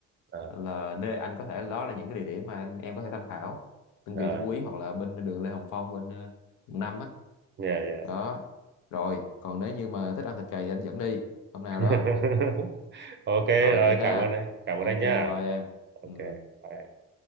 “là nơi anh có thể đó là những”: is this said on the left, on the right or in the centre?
Left